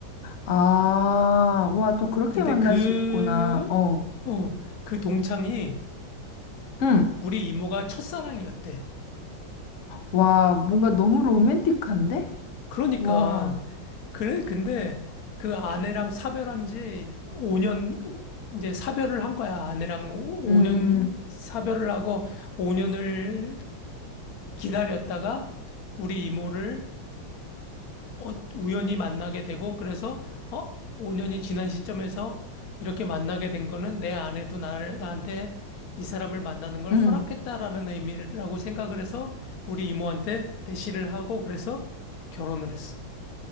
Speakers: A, on the left; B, on the left.
A: 아, 와, 또 그렇게
B: 근데
A: 만나시구나.
B: 그,
A: 어,
B: 어, 그 동창이
A: 응.
B: 우리 이모가 첫사랑이었대.
A: 와, 뭔가 너무 로맨틱한데?
B: 그러니까
A: 와,
B: 그래, 근데 그 아내랑 사별한 지 5년, 이제 사별을 한 거야. 아내랑 5년
A: 음,
B: 사별을 하고 5년을 기다렸다가 우리 이모를 어, 우연히 만나게 되고 그래서 어, 5년이 지난 시점에서 이렇게 만나게 된 거는 내 아내도 나를, 나한테 이 사람을 만나는 걸
A: 음,
B: 허락했다라는 의미라고 생각을 해서 우리 이모한테 대시를 하고 그래서 결혼을 했어.